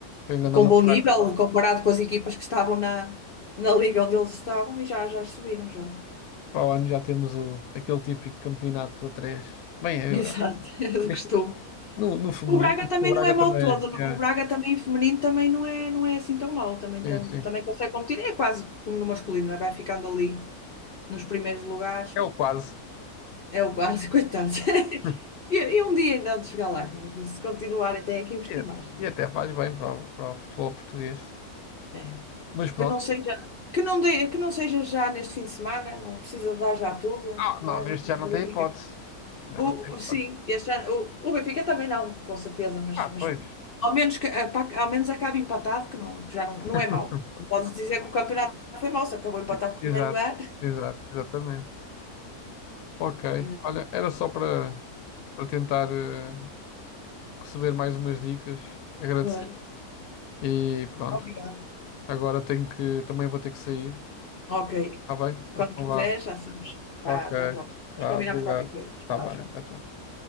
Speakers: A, on the left; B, on the left.
A: Foi um grande
B: com
A: macaco.
B: bom nível comparado com as equipas que estavam na, na liga onde eles estavam e já, já subiram já.
A: Para o ano já temos o, aquele típico campeonato a três. Bem,
B: Exato,
A: eu-
B: <laughs> é do
A: este-
B: costume.
A: no, no feminino,
B: O Braga também
A: o Braga
B: não é mau
A: também
B: todo.
A: é.
B: O Braga também feminino também não é, não é assim tão mau. Também,
A: É,
B: tam-
A: sim,
B: também
A: sim.
B: consegue competir. É quase como no masculino, não é? Vai ficando ali nos primeiros lugares.
A: É o quase.
B: É o quase, <laughs> coitado.
A: <laughs>
B: E, e um dia ainda há de chegar lá. Se continuarem, têm que investir
A: E,
B: mais, não
A: e até faz bem para o, para o futebol português.
B: é?
A: Mas pronto.
B: Que não seja, que não dê, que não seja já neste fim de semana, não precisa dar já tudo.
A: Ah,
B: Braga,
A: não, neste
B: deixa
A: já não
B: o
A: tem
B: Benfica.
A: hipótese. Já
B: O,
A: não tem hipótese.
B: o- sim, este ano, o, o Benfica também não, com certeza, mas,
A: Ah,
B: mas
A: pois.
B: ao menos, que, eh, pá, ao menos acabe empatado, que, não, que já não, não
A: <laughs>
B: é mau. Não podes dizer que o campeonato foi mau, se acabou empatado
A: E-
B: com o
A: Exato,
B: primeiro lugar.
A: exato, exatamente. Ok,
B: Eh,
A: olha, era só para para tentar eh, receber mais umas dicas, agradecer.
B: Vale.
A: E pronto,
B: Obrigada.
A: agora tenho que, também vou ter que sair,
B: Ok.
A: tá bem? Então
B: Quando quiser,
A: vá.
B: já sabes.
A: Ok,
B: Tá, até à próxima.
A: tá,
B: Mas combinamos
A: obrigado.
B: qualquer coisa. Tchau,
A: Tá bem,
B: tchau.
A: tchau, tchau.